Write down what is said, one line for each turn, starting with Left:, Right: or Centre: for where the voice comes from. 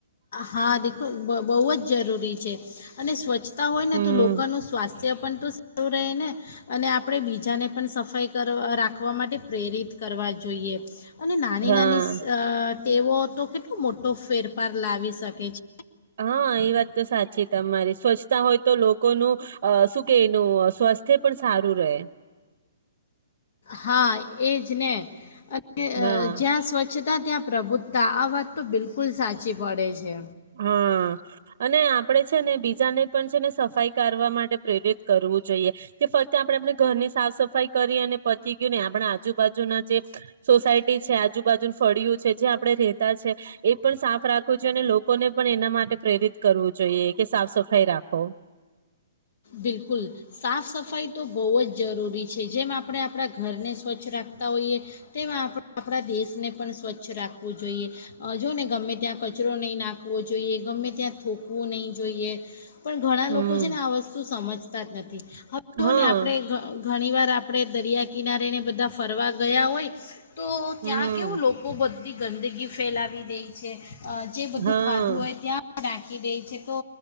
Left: હા દીખો બહુ જ જરૂરી છે અને સ્વચ્છતા હોય ને
Right: હમ
Left: તો લોકોનું સ્વાસ્થ્ય પણ તો સારું રહે ને અને આપણે બીજાને પણ સફાઈ કરવા રાખવા માટે પ્રેરિત કરવા જોઈએ. અને નાની
Right: હા
Left: નાની સા તેવો તો કેટલો મોટો ફેર પાર લાવી શકે છે.
Right: હા એ વાત તો સાચી તમારી સ્વચ્છતા હોય તો લોકોનું શું કે એનું સ્વાસ્થ્ય પણ સારું રહે.
Left: હા એજ ને. કે
Right: હા
Left: જ્યાં સ્વ સ્વચ્છતા ત્યાં પ્રભુત્તા આ વાત તો બિલકુલ સાચી પડે છે.
Right: હા અને આપડે છે ને બીજાને પણ છે ને સફાઈ કરવા માટે પ્રેરિત કરવું જોઈએ. કે ફક્ત આપણે આપણી ઘરની સાફ સફાઈ કરી અને પચી ગયું ને આપણા આજુબાજુના જે સોસાયટી છે, આજુબાજુ ફળિયું છે, જે આપડણે રેતા છે, એ પણ સાફ રાખવું જોઈએ અને લોક કોને પણ એના માટે પ્રેરિત કરવું જોઈએ કે સાફ સફાઈ રાખો.
Left: બિલકુલ સાફ સફાઈ તો બહુ જ જરૂરી છે. જેમ આપણે આપણા ઘરને સ્વચ્છ રાખતા હોઈએ તેમ આપ આપણા દેશને પણ સ્વચ્છ રાખવું જોઈએ. અહ જો ને ગમે ત્યાં કચરો નહીં નાખવો જોઈએ. ગમે ત્યાં થોકવું નહીં જોઈએ. પણ ઘણા
Right: હમ
Left: લોકો જે ને આ વસ સમજતા જ નથ થી. હવે
Right: હા
Left: ને આપડે ઘ-ઘણી વાર આપ પણે દરિયા કિનારેને બધા ફરવા ગયા હોય તો ત્યાં
Right: હમ
Left: કેવું લોકો બધ ધી ગંદગી ફેલાવી દેઈ છે. અહ જે બધું
Right: હા
Left: ખાધું હોય ત્યાં નાખી દેઈ છે તો